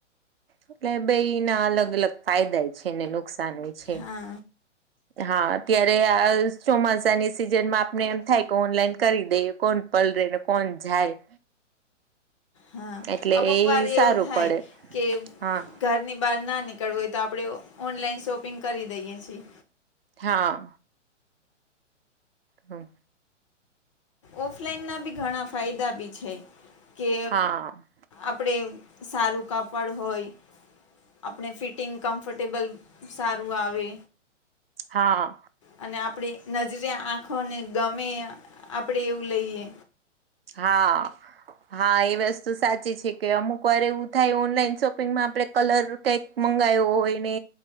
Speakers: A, on the right (about 50°); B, on the left (about 25°).
A: એટલે બેઈના અલગ અલગ ફાયદા છે ને નુકસાનય છે.
B: હા
A: હા, અત્યારે આ ચોમાસાની સિઝનમાં આપણે એમ થાય કે ઓનલાઈન કરી દઈએ કોન પલરેને કોણ જાય.
B: હા,
A: એટલે
B: અમુકવાર
A: એ સારું
B: એવું થાય
A: પડે
B: કે
A: હા
B: ઘરની બહાર ના નીકળવું હોય, તો આપણે ઓનલાઈન શોપિંગ કરી દઈએ છીએ.
A: હા. હહ
B: ઓફલાઈનના બી ઘણા ફાયદા બી છે કે
A: હા
B: આપણે સારું કાપડ હોય. આપણે ફિટિંગ કમ્ફર્ટેબલ સારું આવે.
A: હા.
B: અને આપણે નજરે આંખોને ગમે આપણેે એવું લઈએ.
A: હા. હા, એ વસ્તુ સાચી છે. કે અમુકવાર એવું થાય ઓનલાઈન શોપિંગમાં આપણે કલર કઈક મંગાવ્યું હોય ને